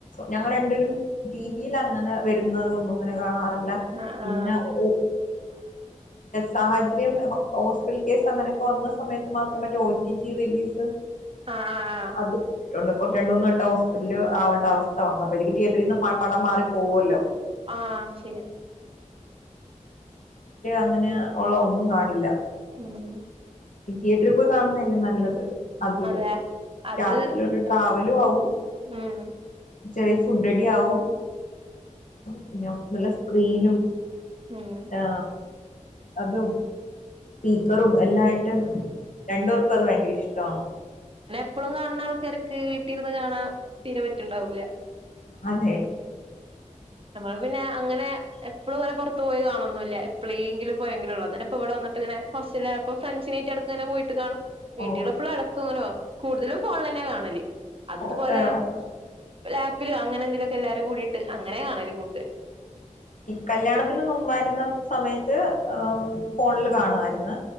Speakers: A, on the left; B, on the right.
A: ഞങൾ രണ്ട് പേരും ടിവിയിൽ അങ്ങനെ വരുന്നത് ഒന്നും അങ്ങനെ കാണാറില്ല ല്ല
B: ആഹ്
A: പിന്നെ
B: ആഹ്
A: ഓ സാഹചര്യം ഹോസ്പിറ്റൽ കേസ് അങ്ങനൊക്കെ വന്ന സമയം മറ്റേ ഓ ടി ടി റിലീസ്
B: ആ ആഹ്
A: അത് രണ്ട് മൂന്ന് വട്ടം ഹോസ്പിറ്റലിൽ ആകണ്ട അവസ്ഥ വന്നു അപ്പോ തിയറ്ററിൽ നിന്നും പടം മാറി പോകുവല്ലോ
B: ആ ശരിയാ
A: ങ്ങനെ ഓളവ്ട്ന്നും കാണില
B: ഹ്മ്
A: തിയേറ്ററി പോയി കാണുന്നല്ലേ നല്ലത് അതൊരു
B: അതെ അത്
A: രാത്രിയിലാെരു ട്രാവലും ആവും
B: ഉം
A: ചെറിയ ഫുഡ് അടി ആകും പിന്നെ നല്ല സ്ക്രീനും
B: ഉം
A: ആ അതും സ്പീക്കറും എല്ലായിട്ട്. രണ്ടുപേർക്കും അത് ഭയങ്കര ഇഷ്ടാ
B: പ്പളും കാണുന്ന ആൾക്കാർക്ക് വീട്ടിലിരുന്ന് കാണാൻ തീരെ പറ്റുണ്ടാവൂല്ല
A: അതെ
B: നമ്മള് പിന്നെ അങ്ങനെ എപ്പൊളുങ്ങനെ പൊർത്ത് പോയി കാണൊന്നുല്ല എപ്പളേങ്കിലും പോയങ്കിലൊള്ളു അതന്നപ്പ ഇവിടെ വന്നിട്ടിങ്ങനെ ഹോസ്റ്റലായപ്പൊ ഫ്രണ്ട്സിനട്ട് എട്ക്കങ്ങനെ പോയിട് ട്ട് കാണും വീട്ടിള്ളപ്പ
A: ഓ
B: എട്ക്ക്ങ്ങനോ കൂടുതലും ഫോൺ ലെന്നെ കാണല് അതിത്പോലെ
A: ഓ ഏഹ്
B: ലാ പ്പിലൊ അങ്ങെനെന്തിലുക്കെ എല്ലാരും കൂടിട്ട് അങ്ങനെ കാണല് കൂടുതൽ
A: കല്യാണത്തിന് മുമ്പായിരുന്ന സമയത്ത് ഫോണിൽ കാണുവായിര്ന്ന്